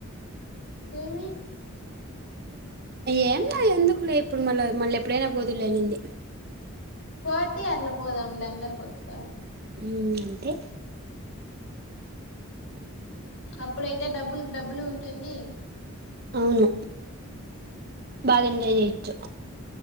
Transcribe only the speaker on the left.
ఏమీ
ఫోర్త్ ఇయర్ లో పోదాము లే అందరం ఒక్కసారి
అప్పుడైతే డబ్బులకి డబ్బులు ఉంటుంది